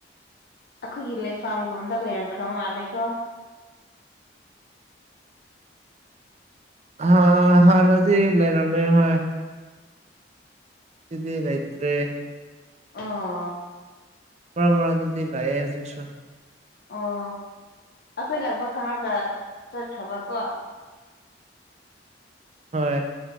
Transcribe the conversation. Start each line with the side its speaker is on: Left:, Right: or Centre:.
Left: ꯑꯩꯈꯣꯏꯒꯤ ꯂꯩꯐꯝꯥꯝꯒꯨꯝꯕꯗ ꯂꯩꯔꯝꯈ꯭ꯔꯕ ꯃꯥꯜꯂꯦꯀꯣ
Right: ꯑ ꯍꯥꯟꯅꯗꯤ ꯂꯩꯔꯝꯃꯦ ꯍꯣꯏ <unintelligible> ꯗꯤ ꯂꯩꯇ꯭ꯔꯦ
Left: ꯑꯣ ꯑ
Right: ꯃꯔꯛ ꯃꯔꯛꯇꯗꯗꯤ ꯂꯥꯏꯌꯦ ꯍꯧꯖꯤꯛꯁꯨ
Left: ꯑꯣ ꯑꯩꯈꯣꯏ ꯂꯥꯛꯄ ꯈꯪꯉꯒ ꯆꯠꯈ꯭ꯔꯕꯀꯣ
Right: ꯍꯣꯏ